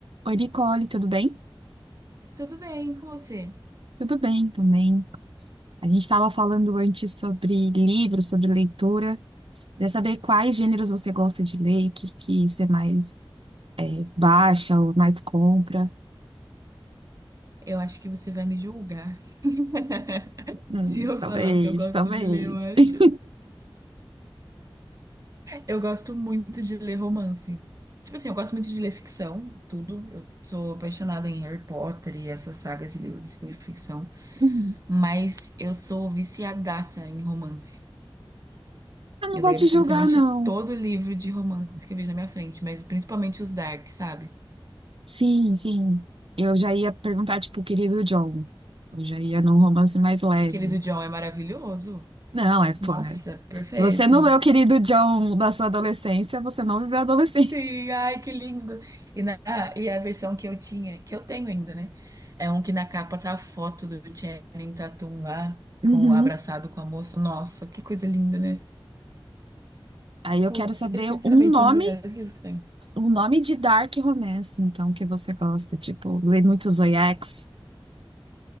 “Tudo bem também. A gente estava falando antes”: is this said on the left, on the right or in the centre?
Right